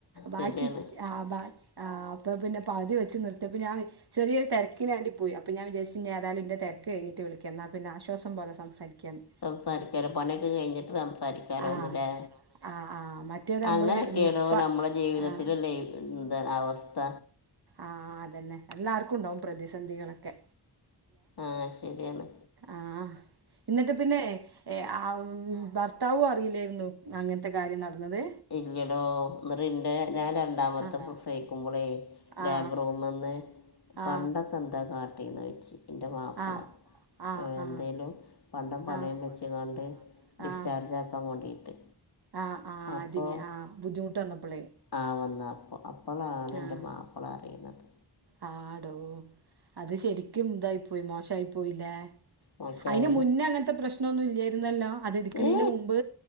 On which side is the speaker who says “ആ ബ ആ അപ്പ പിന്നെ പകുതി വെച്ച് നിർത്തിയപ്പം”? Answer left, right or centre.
Right